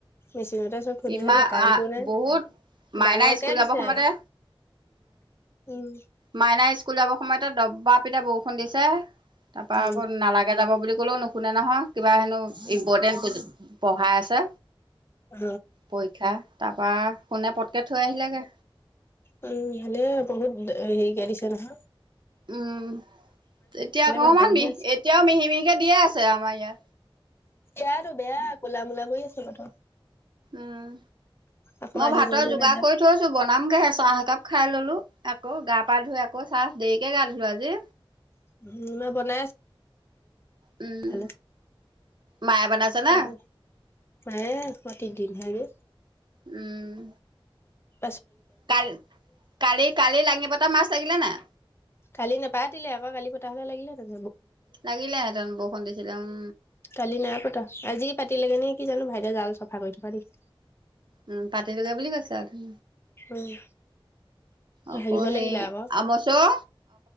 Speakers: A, on the left; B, on the right.
A: মেচিনতহে চব থৈ
B: ইমান
A: দিয়া হল যে কাৰেণ্টটোও
B: আহ
A: নাই।
B: বহুত মাইনা
A: ডাঙৰকে
B: স্কুল যাব
A: দিছে
B: সময়তে
A: উম
B: মাইনাই স্কুল বৰ সময়তে দবা পিতা বৰষুণ দিছে। তাৰপা
A: উম
B: আকৌ নালাগে যাব বুলি কলেও নুশুনে নহয় কিবা হেনো ইম্পৰ্টেণ্ট পঢ়াই আছে
A: অ
B: পৰীক্ষা তাৰপৰা কোনে পটকে থৈ আহিলেগে
A: উম ভালে বহুত অ সেই <unintelligible> ক
B: উম এতিয়া অকমান
A: বানপানীহে
B: মিহ
A: আছে
B: এতিয়াও মিহি মিহিকে দিয়ে আছে আমাৰ ইয়াত।
A: এয়াতো বেয়া ক'লা মলা কৰি আছে বতৰ
B: উম
A: আকৌ
B: মই
A: আহিব
B: ভাতৰ
A: যে
B: যোগাৰ
A: নাযায়
B: কৰি থৈছো বনামগেহে চাহ একাপ খাই ললো। আকৌ গা পা ধুই আকৌ চাহ দেৰিকে গা ধুলো আজি।
A: উম মই বনাই আছো।
B: উম
A: আগফালে
B: মায়ে বনাইছে না
A: মায়ে প্ৰতি দিন হয়
B: উম
A: অ
B: কালি কালি কালি লাঙি পতা মাছ লাগিলে নাই?
A: কালি নাপাতিলে আকৌ কালি পতা হলে লাগিলেহেঁতেন।
B: লাগিলেহেঁতেন বৰষুণ দিছিলে উম
A: কালি নাই পতা। আজি পাতিলেগে নে কি? কি জানো ভাইটিয়ে জাল চাফা কৰি থকা দেখি
B: উম পাতিলোকে বুলি কৈছে আৰু ধ
A: উম
B: আকৌ
A: হাগিব
B: হেই
A: লাগিলে আকৌ
B: আমচৰ